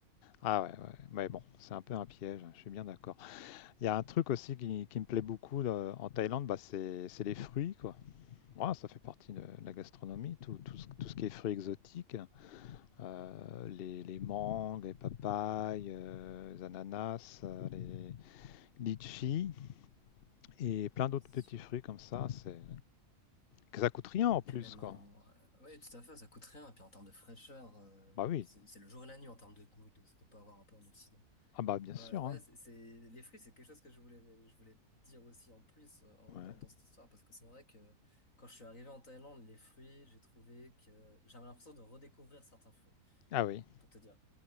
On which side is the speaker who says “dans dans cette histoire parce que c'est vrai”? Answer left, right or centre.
Left